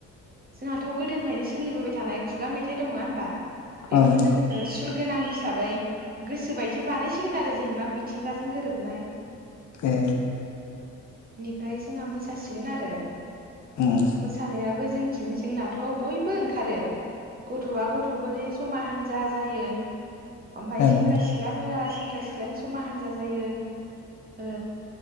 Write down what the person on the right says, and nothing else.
जोंहाथ' गोदोनिफ्रायनो सोलिबोबाय थानाय खुगा मेथाइ दं नङा होनबा बेखौ
जोङो सुर गोनां हिसाबै गोसोबायदि बानायसिगोन आरो जेनेबा मिथिंगाजों गोरोबनाय
बेनिफ्राय जोंहा मोसासिगोन आरो
मोसानायाबो जों जोंनाथ' बयबो ओंखारो गथ'आ गथ'फोर जमा हान्जा जायो ओमफाय
सेंग्रा सिख्लाफोरा सेंग्रा सिख्ला जमा हानजा जायो ओ